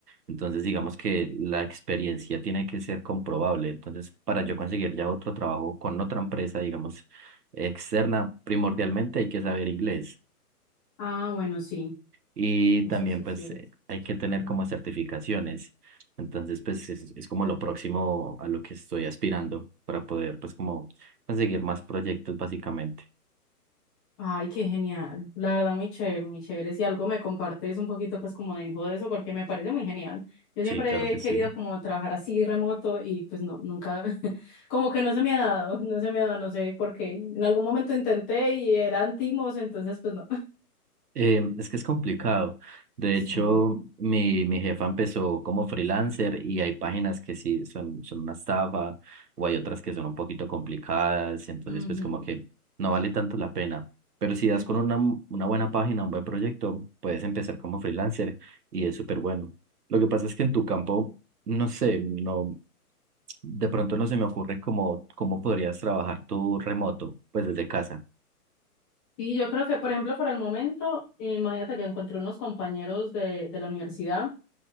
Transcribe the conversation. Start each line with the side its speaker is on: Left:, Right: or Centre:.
Right: entonces digamos que la experiencia tiene que ser comprobable, entonces para yo conseguir ya otro trabajo con otra empresa, digamos, externa, primordialmente hay que saber inglés
Centre: Ah, bueno, sí,
Right: y
Centre: eso
Right: también
Centre: sí
Right: pues
Centre: es cierto.
Right: eh, hay que tener como certificaciones, entonces pues es, es como lo próximo a lo que estoy aspirando para poder pues como conseguir más proyectos básicamente.
Centre: Ay, qué genial. La verdad, muy chévere, muy chévere. Si algo me compartes un poquito, pues como de info de eso, porque me parece muy genial. Yo
Right: Sí,
Centre: siempre
Right: claro que
Centre: he
Right: sí.
Centre: querido como trabajar así remoto y pues no, nunca, <laughs> como que no se me ha dado, no se me ha dado, no sé por qué. En algún momento intenté y eran timos, entonces pues no. <laughs>
Right: Eh, es que es complicado. De
Centre: Sí.
Right: hecho, mi, mi jefa empezó como freelancer y hay páginas que sí son, son una estafa o hay otras que son un poquito complicadas. Entonces,
Centre: Ujú.
Right: pues como que no vale tanto la pena. Pero si das con una, una buena página, un buen proyecto, puedes empezar como freelancer y es súper bueno. Lo que pasa es que en tu campo, no sé, no, de pronto no se me ocurre cómo, cómo podrías trabajar tú remoto, pues desde casa,
Centre: Sí, yo creo que, por ejemplo, por el momento, imagínate que encontré unos compañeros de, de la universidad.